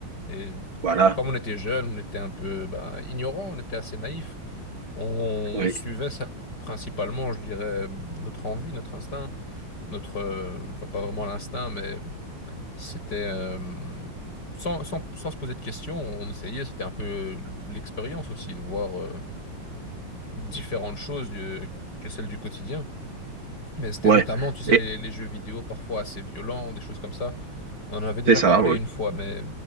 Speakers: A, on the left; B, on the right.
A: Et
B: voilà,
A: comme on était jeunes, on était un peu bah, ignorants, on était assez naïfs. On,
B: oui,
A: suivait ça- principalement, je dirais, notre envie, notre instinct, notre, euh, enfin pas vraiment l'instinct, mais c'était euh, sans, sans, sans se poser de questions, on essayait. C'était un peu l'expérience aussi de voir. euh, différentes choses du- que celles du quotidien. Mais c'était
B: ouais.
A: notamment, tu sais,
B: Et
A: les, les jeux vidéo parfois assez violents ou des choses comme ça. On en avait déjà
B: C'est ça,
A: parlé
B: oui.
A: une fois, mais